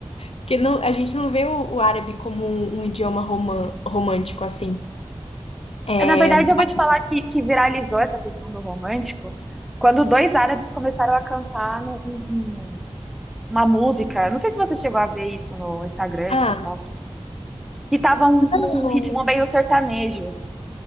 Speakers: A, on the left; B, in the centre.
A: Porque não, a gente não vê o, o árabe como um, um idioma roman- romântico assim. É,
B: É, Na verdade,
A: mas-
B: eu vou te falar que, que viralizou essa questão do romântico quando dois árabes começaram a cantar no- um- um- uma música. Não sei se você chegou a ver isso no Instagram,
A: ah,
B: TikTok, que tava um,
A: Não.
B: um ritmo meio sertanejo.